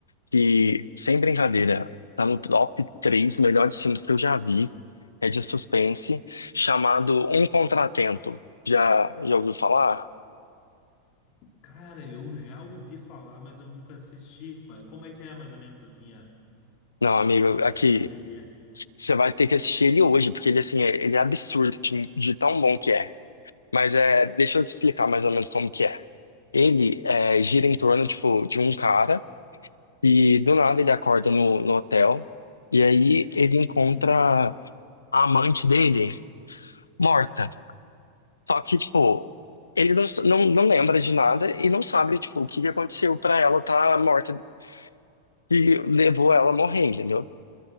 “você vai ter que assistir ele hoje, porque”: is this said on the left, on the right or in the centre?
Left